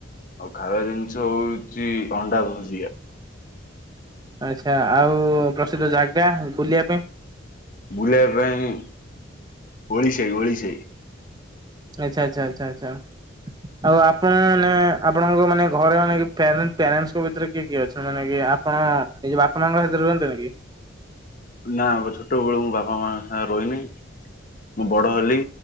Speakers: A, on the left; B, on the right.
A: ଆଉ ଖାଇବା ଜିନିଷ ହଉଛି ଅଣ୍ଡା ଭୁଜିଆ।
B: ଆଚ୍ଛା ଆଉ ପ୍ରସିଦ୍ଧ ଜାଗା ବୁଲିବା ପାଇଁ।
A: ବୁଲେଇ ପାଇଁ ଓଳିଶେଇ ଓଳିଶେଇ।
B: ଆଚ୍ଛା ଆଛା ଆଛା ଆଛା। ଆଉ ଆପଣ ମାନେ ଆପଣଙ୍କ ମାନେ ଘରେ ମାନେ ପ୍ୟାରେ ପ୍ୟଣ୍ଟଙ୍କ ଭିତରେ କିଏ କିଏ ଅଛନ୍ତି ମାନେ କି ଆପଣ ନିଜ ବାପା ମାଙ୍କ ସାହିତରେ ରୁହନ୍ତ ନି କି?
A: ନା ଛୋଟ ବେଳୁ ମୁଁ ବାପା ମା ଙ୍କ ସାଙ୍ଗେ ରହିନି। ମୁଁ ବଡ଼ ହେଲି